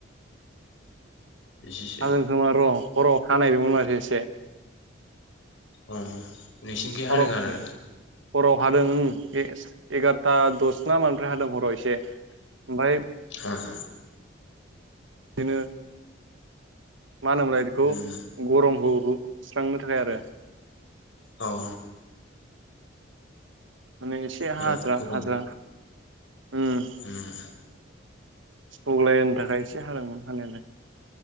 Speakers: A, on the left; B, on the right.
A: इजिसो।
B: हागोन खोमा र' हराव हानायदोंमोन माथो एसे।
A: अ नोंसिनिखै हादों
B: हराव
A: आरो?
B: हराव हादों उम एस एगार'था दस ना मानिफ्राय हादों हराव एसे। ओमफ्राय
A: हा आ
B: दिनो मा होनोमोनलाय बेखौ?
A: उम
B: गरमखौ हो स्रांनो थाखाय आरो।
A: अ आ
B: माने एसे
A: बिराद
B: हाज्रा
A: गरम
B: हाज्रा उम।
A: उम
B: सग्लाय होनो थाखाय एसे हादोंमोन हानायालाय।